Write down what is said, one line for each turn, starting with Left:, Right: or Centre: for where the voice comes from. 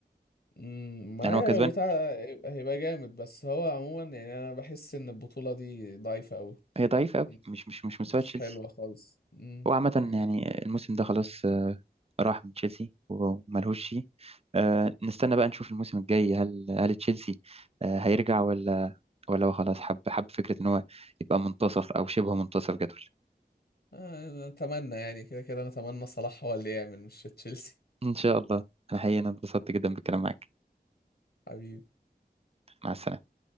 Left: مم، معايا
Right: يعني هو كسبان
Left: لو بتاع هيبقى هيبقى جامد بس هو عموما يعني انا بحس ان البطولة دي ضعيفة قوي
Right: هي ضعيفة قوي
Left: مش
Right: مش مش مش مستوى
Left: مش
Right: تشيلسي
Left: حلوة خالص مم،
Right: هو عامة
Left: يعني
Right: يعني الموسم ده خلاص آه، راح من تشيلسي وملهوش شيء آه، نستنى بقى نشوف الموسم الجاي هل هل تشيلسي آه، هيرجع ولا ولا هو خلاص حب حب فكرة ان هو يبقى منتصف او شبه منتصف جدول
Left: آه، انا اتمنى يعني كده كده انا اتمنى صلاح هو اللي يعمل مش تشيلسي
Right: ان شاء الله انا حقيقة أنا اتبسطت جدا بالكلام معاك
Left: <laughs> حبيبي
Right: مع السلامة